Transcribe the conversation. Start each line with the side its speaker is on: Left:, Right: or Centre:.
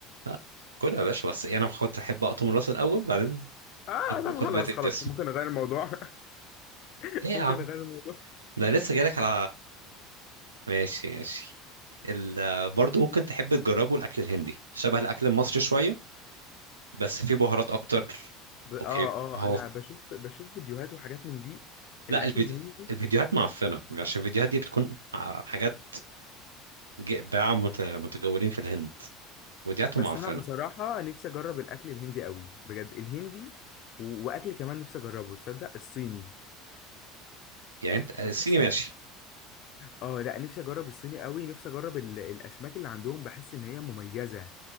Right: لا كلها يا باشا بس انا بحط احب اقطم الراس الاول بعدين
Left: اه
Right: خد
Left: طب
Right: خد
Left: خلاص
Right: بقيه الجسم
Left: خلاص ممكن اغير الموضوع <laughs>
Right: ليه يا
Left: ممكن
Right: عم
Left: اغير الموضوع
Right: ده لسه جالك على ماشي ماشي ال... برضه ممكن تحب تجربه الاكل الهندي شبه الاكل المصري شويه بس فيه بهارات اكتر
Left: ب... اه
Right: اوكي هو
Left: اه انا بشوف بشوف فيديوهات وحاجات من دي
Right: لا
Left: الاكل
Right: الفيديو
Left: الهندي
Right: الفيديوهات معفنه عشان الفيديوهات دي بتكون ع- حاجات باعة مت- متجولين في الهند وديعتهم
Left: بس
Right: معفنة
Left: انا بصراحة نفسي اجرب الاكل الهندي قوي بجد الهندي و... واكل كمان نفسي اجربه تصدق الصيني
Right: يعني انت
Left: بحس
Right: الصيني ماشي
Left: اه لا نفسي اجرب الصيني قوي نفسي اجرب ال- الاسماك اللي عندهم بحس ان هي مميزه